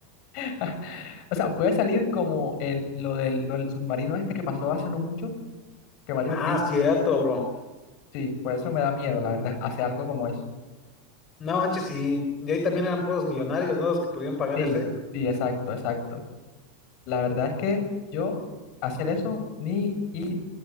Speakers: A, on the left; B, on the left.
A: <laughs> O sea, puede salir como el, lo del, lo del submarino este que pasó hace no mucho, que varios
B: Ah,
A: ricos,
B: cierto, bro.
A: sí, por eso me da miedo, la verdad, hacer algo como eso.
B: No manches, y, y ahí también eran puros millonarios, ¿no? Los que podían pagar
A: Sí,
B: ese.
A: sí, exacto, exacto. La verdad es que yo hacer eso ni, y,